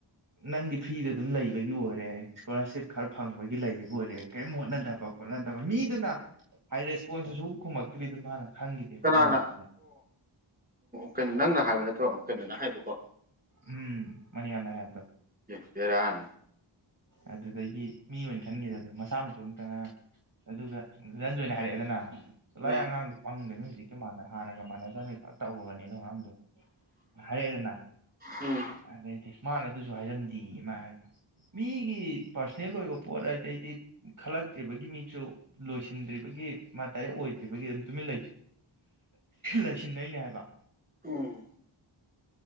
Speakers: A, on the right; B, on the right.
A: ꯅꯪꯗꯤ ꯐꯔꯤꯗ ꯑꯗꯨꯝ ꯂꯩꯕꯒꯤ ꯑꯣꯏꯔꯦ ꯏꯁꯀꯣꯂꯥꯔꯁꯤꯞ ꯈꯔ ꯐꯪꯕꯒꯤ ꯂꯩꯔꯤꯕ ꯑꯣꯏꯔꯦ ꯀꯔꯤꯝ ꯍꯣꯠꯅꯗꯕ ꯈꯣꯠꯅꯗꯕ ꯃꯤꯗꯨꯅ ꯍꯥꯏ ꯔꯦꯁꯄꯣꯟꯁꯁꯨ ꯁ ꯈꯨꯝꯃꯛꯇ꯭ꯔꯤꯗꯨ ꯃꯥꯅ ꯈꯪꯈꯤꯗꯦꯕ
B: ꯀꯅꯥꯅ
A: ꯑꯗꯨ ꯅꯨꯃꯤꯠꯇꯨꯗ
B: ꯀꯩꯅꯣ ꯅꯪꯅ ꯍꯥꯏꯕ ꯅꯠꯇꯕꯣ ꯀꯩꯅꯣꯅ ꯍꯥꯏꯕꯀꯣ
A: ꯎꯝ ꯃꯅꯤ ꯀꯥꯟ ꯗ ꯍꯥꯏꯣ
B: ꯑꯦ ꯕꯦꯔꯥꯅꯦ
A: ꯑꯗꯨꯗꯒꯤ ꯃꯤ ꯑꯣꯏꯅ ꯈꯟꯒꯤꯗꯕꯗꯣ ꯃꯁꯥ ꯃꯇꯣꯝꯇꯅ ꯑꯗꯨꯒ ꯗꯅꯟꯖꯣꯏꯅ ꯍꯥꯏꯔꯛꯑꯦꯗꯅ ꯅ ꯆꯠꯂꯣꯍꯦ
B: ꯎꯝ
A: ꯑꯉꯥꯡꯗꯣ ꯄꯪꯗꯝꯅꯤ ꯍꯧꯖꯤꯛꯀꯤ ꯃꯥꯟꯅ ꯍꯥꯟꯅꯒ ꯃꯥꯟꯅꯗꯕꯅꯤ ꯐꯅ ꯇꯧꯕꯅꯤ ꯑꯗꯨ ꯑꯉꯥꯡꯗꯣ ꯍꯥꯏꯔꯛꯑꯦꯗꯅ
B: ꯎꯝ
A: ꯑꯗꯩꯗꯤ ꯃꯥꯅꯗꯤ ꯁꯨ ꯍꯥꯏꯔꯝꯗꯦꯌꯦ ꯃꯥ ꯍꯥꯏꯕ ꯃꯤꯒꯤ ꯄꯔꯁꯣꯅꯦꯜ ꯑꯣꯏꯕ ꯄꯣꯠ ꯑꯗꯩꯗꯤ ꯈꯜꯂꯛꯇ꯭ꯔꯤꯕꯒꯤ ꯃꯤꯁꯨ ꯂꯣꯏꯁꯤꯟꯗ꯭ꯔꯤꯕꯒꯤ ꯃꯥ ꯗꯥꯏꯔꯦꯛ ꯑꯣꯏꯗ꯭ꯔꯤꯕꯒꯤ ꯑꯗꯨꯝ ꯇꯨꯃꯤꯟ ꯂꯩꯁꯤꯟ ꯂꯩꯁꯤꯟꯅꯩꯅꯦ ꯍꯥꯏꯕ
B: ꯎꯝ